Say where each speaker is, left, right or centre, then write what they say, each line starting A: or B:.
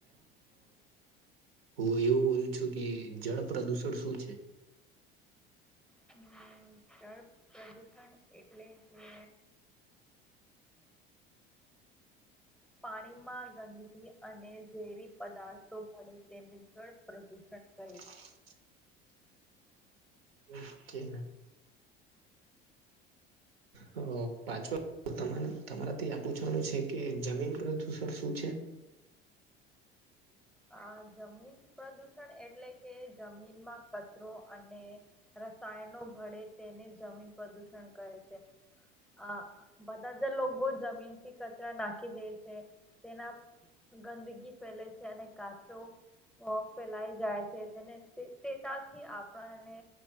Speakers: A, on the right; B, in the centre.
A: હું એવું બોલું છું કે જળ પ્રદુષણ શું છે.
B: હમ જળ પ્રદૂષણ એટલે કે. પાણીમાં ગંદકી અને ઝેરી પદાર્થો ભે તેનું જળ પ્રદૂષણ કહેે છે.
A: <inaudible> <unintelligible> ઓકે. હ પાચવા. તો તમારાથી આ પૂછવાનું છે કે જમીન પ્રદૂષણ શું છે.
B: હ જમીન પ્રદૂષણ એટલે કે જમીનમાં કચરો અને, રસાયણો ભળે તેને જમીન પ્રદૂષણ કરે છે. અ બધા જે લોકો જમીનથી કચરા નાખી દે છે તેના. ગંદગી ફેલે છે અને કાચો. ફેલાય જાય છે તેને તેતાથી આપણાને.